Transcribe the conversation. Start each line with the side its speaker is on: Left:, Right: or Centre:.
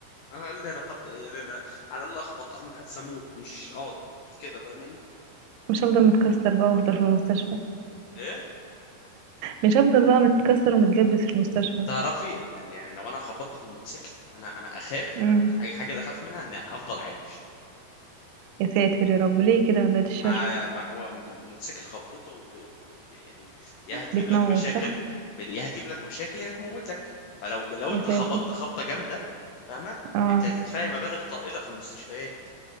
Left: على الاقل انا قد يعني انا على الاقل اخبط اعمل حادثه اموت مش اقعد كده فاهماني
Right: مش هفضل متكسر بقى وافضل في المستشفى
Left: ايه
Right: مش هفضل بقى متكسر ومتجبس في المستشفى
Left: تعرفي ان يعني لو انا خبطت في الموتوسيكل انا انا اخاف
Right: امم
Left: انا الحاجه الحاجة اللي اخاف منها ان افضل عايش
Right: يا ساتر يا رب ليه كده بعد الشر
Left: ما ما هو م- موتوسيكل خبطته ب- ب- يعني يا هتجيب
Right: بتموت
Left: لك مشاكل
Right: صح
Left: يا هتجيب لك مشاكل يا هتموتك فلو لو
Right: يا
Left: انت خبطت
Right: ساتر
Left: خبطه جامده فاهمه
Right: اه
Left: انت هتدفعي مبالغ طائله في المستشفيات